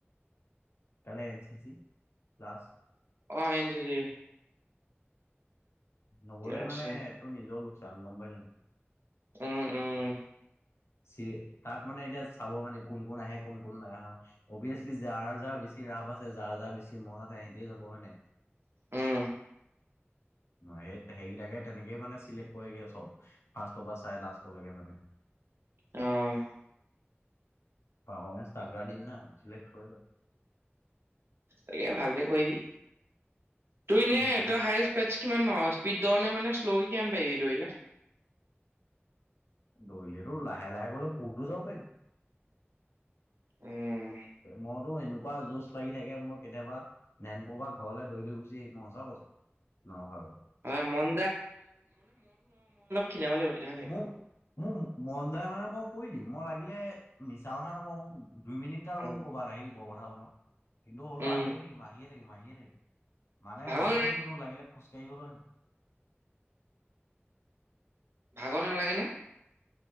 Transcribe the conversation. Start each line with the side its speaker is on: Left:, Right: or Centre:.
Left: এনে, <unintelligible> প্লাছ
Right: অ', এঞ্চিচি
Left: নগ'লে
Right: আছে
Left: মানে তোৰ নিজৰ লোকচান হ'ব গম পালি নে?
Right: উম উম।
Left: <unintelligible> তাত মানে এতিয়া চাব মানে কোন কোন আহে কোন কোন নাই আহা অবিৱেছলি যাৰ যাৰ বেছি ৰাপ আছে যাৰ যাৰ বেছি মন আছে সিহঁতেও যাব হয় নে?
Right: উম।
Left: ন সেই সেইকেইটাকে তেনেকেই মানে চিলেক্ট কৰেগে চব ফাৰ্ষ্টৰ পৰা চাই লাষ্টলৈকে মানে।
Right: অ',
Left: <unintelligible> দিম না চিলেক্ট হৈ যাম।
Right: তাকে ভালকে কৰিবি, তই
Left: যায়
Right: এনে তই হাইচ বেচ কিমান মাহ স্পীড ধ নে মানে শ্লকে' কিমান পাৰিবি দৌৰিলে।
Left: দৌৰিলেতো লাহে লাহে গ'লে কতো যাব পাৰিম।
Right: উম,
Left: মইতো এনেকুৱা যশ লাগি থাকে মই কেতিয়াবা, <unintelligible> ঘৰলে দৌৰি দৌৰি গু চি মজা <unintelligible>
Right: হয় মন খিনাবলে <unintelligible> নে?
Left: মোক মোৰ মন যায় মানে মই কৈ দিম মই লাগিলে, মিছা কথা নকওঁ। দুই মিনিটটা ৰুম
Right: উম,
Left: ক'ৰবাত আহি বহ কথা শুনো কিন্তু হলেও
Right: উম,
Left: আহিয়ে থাকিম, আহিয়ে থাকিম, আহিয়ে থাকিম। মানে
Right: ভাগৰ
Left: ৰখি
Right: লাগে
Left: নি তো লাগিলে খোজকাাঢ়ি গলে
Right: ভাগৰ নালাগে নে?